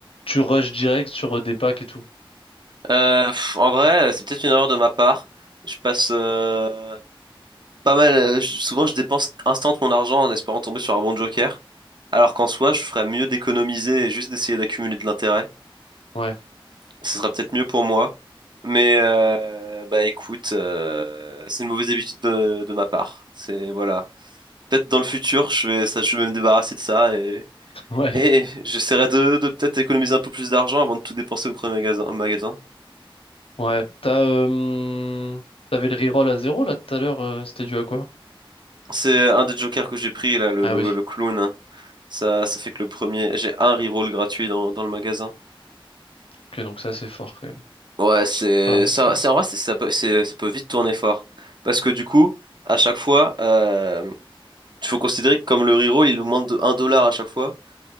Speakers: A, on the left (about 80°); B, on the right (about 55°).
A: tu rushes direct sur euh, des packs et tout?
B: Euh, pff, en vrai, c'est peut-être une erreur de ma part. Je passe, euh, pas mal, euh, je- souvent je dépense instant mon argent en espérant tomber sur un bon joker. Alors qu'en soi, je ferais mieux d'économiser et juste d'essayer d'accumuler de l'intérêt.
A: Ouais,
B: Ce serait peut-être mieux pour moi. Mais, euh, bah écoute, euh, c'est une mauvaise habitude de, de ma part. C'est, voilà. peut-être dans le futur, je vais, ça, je vais me débarrasser de ça et,
A: <laughs> ouais,
B: et j'essaierai de, de peut-être économiser un peu plus d'argent avant de tout dépenser au premier magasin. magasin.
A: ouais. T'as, euh, t'avais le reroll à zéro là tout à l'heure, euh, c'était dû à quoi?
B: C'est un des jokers que j'ai pris là, le,
A: Ah
B: le,
A: oui,
B: le clown. Ça, ça fait que le premier, j'ai un reroll gratuit dans, dans le magasin.
A: ok, donc c'est assez fort quand même.
B: Ouais, c'est
A: C'est pas mal
B: ça,
A: fort.
B: c'est en vrai, c'est- ça peut, c'est- ça peut vite tourner fort parce que du coup, à chaque fois, euh, il faut considérer que comme le reroll, il augmente de 1 dollar à chaque fois.